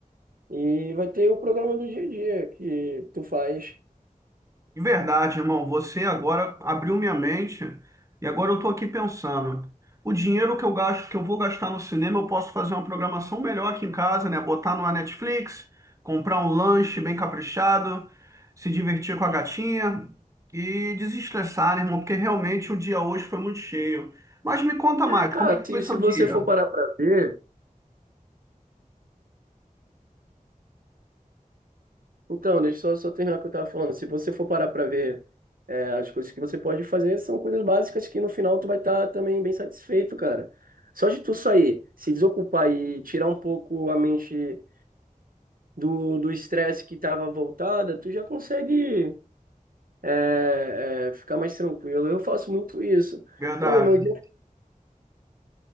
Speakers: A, on the right; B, on the right.
A: E vai ter o programa do dia a dia que tu faz.
B: De verdade, irmão, você agora abriu minha mente e agora eu tô aqui pensando. O dinheiro que eu gasto, que eu vou gastar no cinema, eu posso fazer uma programação melhor aqui em casa, né? Botar numa Netflix, comprar um lanche bem caprichado, se divertir com a gatinha e desestressar, né, irmão? Porque realmente o dia hoje foi muito cheio. Mas me conta mais,
A: É, cara,
B: como é que
A: se,
B: foi seu
A: se você
B: dia?
A: for parar para ver. Então, deixa eu só, só terminar o que eu estava falando. Se você for parar para ver é, as coisas que você pode fazer, são coisas básicas que no final tu vai estar também bem satisfeito, cara. Só de tu sair, se desocupar e tirar um pouco a mente do do estresse que estava voltada, tu já consegue é, é, ficar mais tranquilo. Eu faço muito isso.
B: Verdade.
A: Então, meu dia,